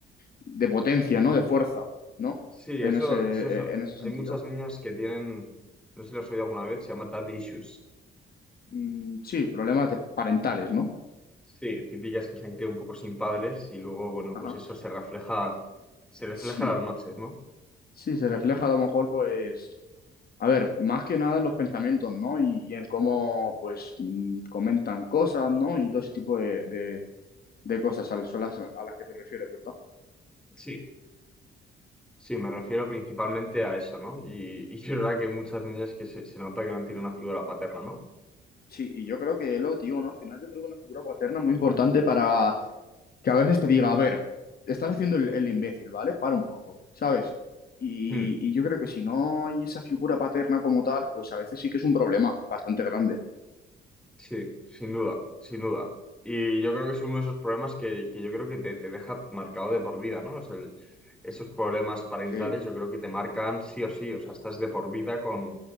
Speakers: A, on the left; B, in the centre.
A: de potencia, ¿no? De fuerza, ¿no?
B: Sí,
A: En
B: eso,
A: ese,
B: eso es-
A: en ese sentido.
B: Hay muchas niñas que tienen, no sé si lo has oído alguna vez, se llama dad issues.
A: Mm, sí, problemas de- parentales, ¿no?
B: Sí, típicas que se han criado un poco sin padres y luego, bueno,
A: Ajá.
B: pues eso se refleja, se refleja
A: Sí,
B: en las noches, ¿no?
A: sí, se refleja a lo mejor, pues, a ver, más que nada en los pensamientos, ¿no? Y, y en cómo, pues, mm, comentan cosas, ¿no? Y todo ese tipo de, de, de cosas a, las, son las- a las que te refieres, ¿verdad?
B: Sí. Sí, me refiero principalmente a eso, ¿no? Y, y es verdad que hay muchas niñas que se, se nota que no han tenido una figura paterna, ¿no?
A: Sí, y yo creo que es lo que te digo, ¿no? Al final yo creo que una figura paterna muy importante para que a veces te diga, a ver, estás haciendo el, el imbécil, ¿vale? Para un poco, ¿sabes? Y,
B: Hmm,
A: y yo creo que si no hay esa figura paterna como tal, pues a veces sí que es un problema bastante grande.
B: sí, sin duda, sin duda. Y yo creo que es uno de esos problemas que, que yo creo que te, te deja marcado de por vida, ¿no? O sea, esos problemas parentales
A: Sí.
B: yo creo que te marcan sí o sí, o sea, estás de por vida con,